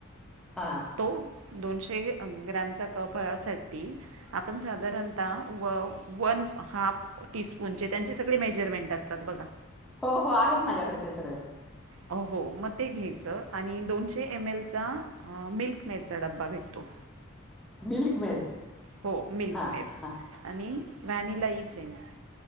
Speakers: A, in the centre; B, on the right (about 75°).
A: हा
B: तो दोनशे ग्रॅमचा कपसाटी आपण साधारणतः ह टीपून ते मेजरमेंट असतात बगा
A: हो हो आहेत माझ्याकडे ते सगळे
B: हो हो मग ते घ्यायचं आणि दोनशे एम एलचा मिल्कमेडचा डब्बा भेटतो
A: मिल्क मेड
B: हो मिल्कमेड
A: हां, हां,
B: आणि व्हॅनिला इसेन्स